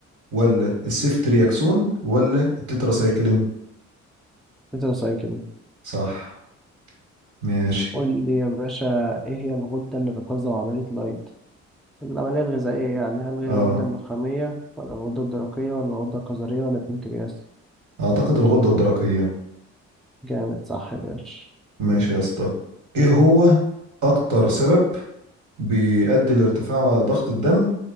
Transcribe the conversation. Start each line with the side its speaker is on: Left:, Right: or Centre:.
Right: ولا السيفترياكسون ولا التتراسايكلين
Centre: ادرس سؤال كده
Right: صح ماشي
Centre: قول لي يا باشا ايه هي الغدة اللي بتنظم عملية الأيض؟ العملية الغذائية يعني هل هي
Right: اه
Centre: الغدة النخامية ولا الغدة الدرقية ولا الغدة الكظرية ولا البنكرياس؟
Right: أعتقد الغدة الدرقية
Centre: جامد صح يا باشا
Right: ماشي يا اسطى إيه هو أكتر سبب بيؤدي لارتفاع ضغط الدم